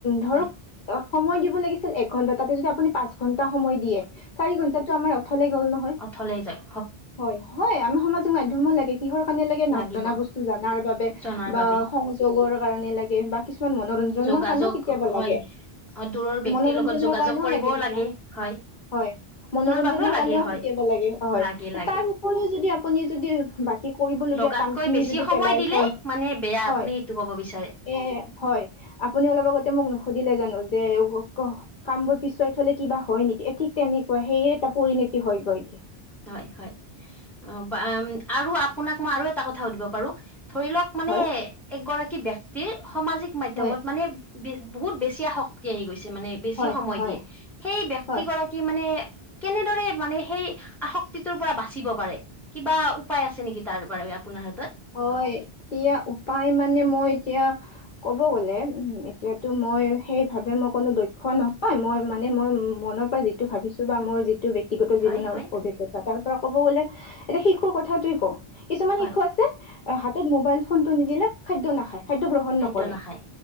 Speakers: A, on the left; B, in the centre.
A: ধৰক
B: হয়
A: অ সময় দিব লাগিছিল এক ঘন্টা তাতে যদি আপুনি পাঁচ ঘণ্টা সময় দিয়ে চাৰি ঘন্টাটো আমাৰ অথলে গল নহয়,
B: অথলে যায়
A: হয়৷ হয়, আমাক সামাজিক মাধ্যমো লাগে৷ কিহৰ কাৰণে লাগে
B: লাগিব
A: নজনা বস্তু জনাৰ বাবে
B: জনাৰ
A: বা
B: বাবে
A: সংযোগৰ কাৰণে লাগে বা কিছুমান মনোৰঞ্জনৰ
B: যোগাযোগ
A: কাৰণেও কেতিয়াবা
B: হয়
A: লাগে৷
B: দূৰৰ ব্যক্তিৰ
A: মনোৰঞ্জনৰ
B: লগত যোগাযোগ
A: কাৰণেও
B: কৰিবও
A: লাগে কেতিয়া
B: হয়
A: হয় মনোৰঞ্জনৰ
B: বাবেও লাগে
A: কাৰণেও
B: হয়
A: কেতিয়াবা লাগে হয়
B: লাগে লাগে
A: তাৰোপ ৰিও যদি আপুনি যদি বাকী কৰিবলগীয়া
B: লগাতকৈ
A: কাম খিনি
B: বেছি
A: যদি
B: সময়
A: পেলাই
B: দিলে
A: থয়,
B: মানে বেয়া আপুনি
A: হয়
B: সেইটো ক'ব বিচাৰে
A: এ হয়৷ আপুনি অলপ আগতে মোক নুসুধিলে জানো যে কাম বোৰ পিছুৱাই থলে কিবা হয় নেকি? ঠিক তেনেকুৱা সেয়ে এটা পৰিণতি হয় গৈ।
B: হয়-হয় অ, বা আৰু আপোনাক মই আৰু এটা কথা সুধিব পাৰো ধৰি লওক মানে
A: হয়
B: এগৰাকী ব্যক্তি সমাজিক মাধ্যমত
A: হয়
B: মানে বহুত বেছি আসক্তি আহি গৈছে মানে বেছি
A: হয়
B: সময়
A: হয়
B: দিয়ে সেই ব্যক্তিগৰাকী
A: হয়
B: মানে কেনেদৰে মানে সেই আসক্তিটোৰ পৰা বাচিব পাৰে কিবা উপায় আছে নেকি তাৰ বাবে আপোনাৰ হাতত?
A: হয় এতিয়া উপায় মানে মই এতিয়া কব গ'লে এতিয়াতো মই সেইভাৱে মোৰ কোনো দক্ষ নহয় মই মানে মই মনৰ পৰা যিটো ভাবিছোঁ বা মোৰ যিটো বে ব্যক্তিগত
B: হয়
A: জীৱনৰ
B: হয়
A: অভিজ্ঞতাৰ তাৰপৰা ক'ব গ'লে এটা শিশুৰ কথাটোই কওঁ কিছুমান
B: হয়
A: শিশু আছে অ, হাতত মোবাইল ফোন টো নিদিলে খাদ্য নাখায়। খাদ্য গ্ৰহণ
B: খাদ্য
A: নকৰে
B: নাখায়